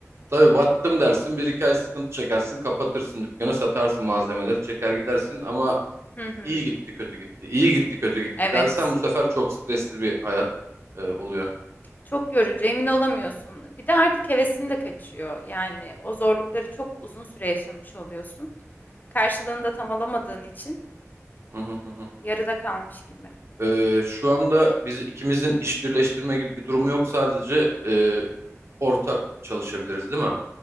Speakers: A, on the right (about 55°); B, on the left (about 35°).
A: Tabii battım dersin, bir iki ay sıkıntı çekersin, kapatırsın dükkanı, satarsın malzemeleri, çeker gidersin ama
B: Hı hı.
A: iyi gitti, kötü gitti, iyi gitti, kötü gitti
B: Evet.
A: dersen bu sefer çok stresli bir hayat e, oluyor.
B: Çok yorucu, emin olamıyorsun. Bir de artık hevesin de kaçıyor. Yani o zorlukları çok uzun süre yaşamış oluyorsun. Karşılığını da tam alamadığın için
A: Hı hı hı. hı.
B: yarıda kalmış gibi.
A: Ee, şu anda biz ikimizin iş birleştirme gibi bir durumu yok, sadece e, ortak çalışabiliriz, değil mi?